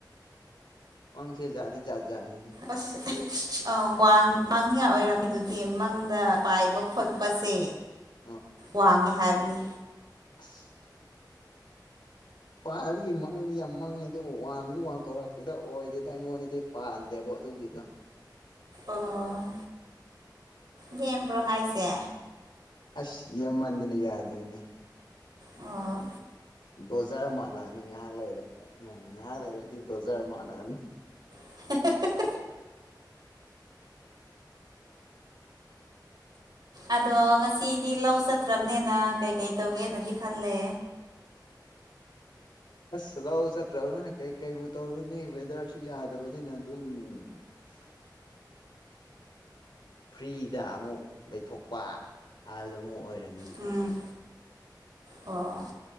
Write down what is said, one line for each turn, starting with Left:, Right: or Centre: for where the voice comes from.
Left: ꯃꯪꯁꯦ ꯖꯥꯗꯤ ꯖꯥꯠ ꯖꯥꯅꯤꯍꯦ
Right: ꯑꯁ ꯑꯥ ꯋꯥꯡ ꯋꯥꯡꯅꯤꯉꯥꯏ ꯑꯣꯏꯔꯝꯃꯤꯗꯨꯗꯤ ꯃꯪꯗ ꯄꯥꯏꯕ ꯈꯣꯠꯄꯁꯦ
Left: <inaudible>
Right: ꯋꯥꯡꯉꯦ ꯍꯥꯏꯕꯅꯤ
Left: ꯑꯁ ꯄꯥꯏꯕꯒꯤ ꯃꯪꯗꯤ ꯌꯥꯝ ꯃꯪꯉꯦ ꯑꯗꯨ ꯋꯥꯡꯗꯤ ꯋꯥꯡꯊꯣꯔꯛꯇꯦꯗ ꯑꯣꯏꯗꯦꯗ ꯑꯩꯉꯣꯟꯗꯗꯤ ꯄꯥꯟꯗꯦꯕꯣ ꯑꯗꯨꯒꯤꯗꯣ
Right: ꯑꯣ ꯅꯦꯝꯕ꯭ꯔꯣ ꯍꯥꯏꯁꯦ
Left: ꯑꯁ ꯅꯦꯝꯃꯟꯗꯅ ꯌꯥꯗ꯭ꯔꯦꯅꯦ
Right: ꯑ
Left: ꯗꯣꯖꯔ ꯃꯥꯜꯂꯑꯅꯤ ꯉꯥꯍꯥꯛ ꯂꯩꯔ ꯎꯝ ꯉꯥꯍꯥꯛ ꯂꯩꯔꯗꯤ ꯗꯣꯖꯔ ꯃꯥꯜꯂꯑꯅꯤ
Right: <unintelligible> ꯑꯗꯣ ꯉꯁꯤꯗꯤ ꯂꯧ ꯆꯠꯇ꯭ꯔꯕꯅꯦꯅ ꯀꯩꯀꯩ ꯇꯧꯒꯦꯅꯗꯤ ꯈꯜꯂꯦ
Left: ꯑꯁ ꯂꯧꯛ ꯆꯠꯇ꯭ꯔꯕꯅꯤꯅ ꯀꯩꯀꯩꯕꯨ ꯇꯧꯔꯨꯅꯤ ꯋꯦꯗꯔꯁꯨ ꯌꯥꯗꯕꯅꯤꯅ ꯗꯨꯝ <unintelligible> ꯐ꯭ꯔꯤꯗꯥꯥ ꯑꯃꯨꯛ ꯂꯩꯊꯣꯛꯄ ꯍꯥꯏꯕꯗꯨ ꯑꯃꯨꯛ ꯑꯣꯏꯔꯦ
Right: ꯎꯝ ꯑꯣ